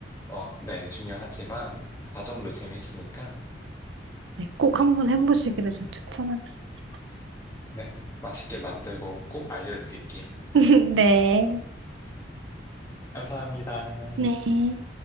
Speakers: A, on the left; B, on the right.
A: 어, 네, 중요하지만 그 과정도 재밌으니까
B: 네, 꼭 한번 해보시기를 제가 추천하겠습니다.
A: 네, 맛있게 만들고 꼭 알려드릴게요.
B: <laughs> 네.
A: 감사합니다.
B: 네. 네.